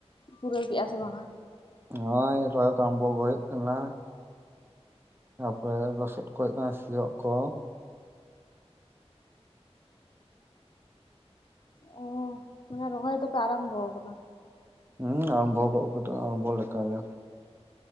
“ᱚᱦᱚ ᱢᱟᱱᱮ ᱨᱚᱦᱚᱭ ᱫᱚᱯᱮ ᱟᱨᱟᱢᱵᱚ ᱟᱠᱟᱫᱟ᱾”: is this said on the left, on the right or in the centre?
Left